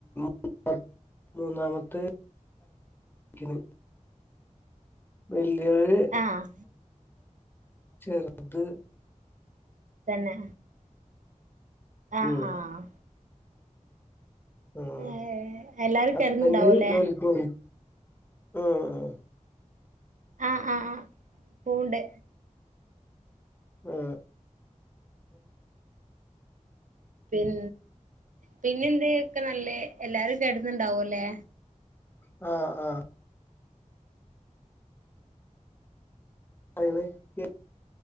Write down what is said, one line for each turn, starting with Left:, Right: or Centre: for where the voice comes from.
Left: <inaudible> മൂന്നാമത്തെ ക്കിന് വലിയൊരുള്
Right: ആഹ്
Left: <inaudible> ചെറുത്
Right: തന്നെ ആഹ്
Left: ഉം
Right: ആഹ്
Left: ആഹ്
Right: ഏഹ് എല്ലാരും
Left: ഹസ്ബന്റ്
Right: കെടന്നുണ്ടാവൂല്ലേ
Left: ജോലിക്ക് പോന്നുന്നു ആഹ്
Right: ആഹ് ആഹ് ആഹ് പൂണ്ട്
Left: ആഹ്
Right: പിൻ പിന്നെന്ത് ഒക്കെ നല്ലേ എല്ലാരും കേടുന്നുണ്ടാവ ല്ലേ
Left: ആ ആ ഹൈവേ <unintelligible>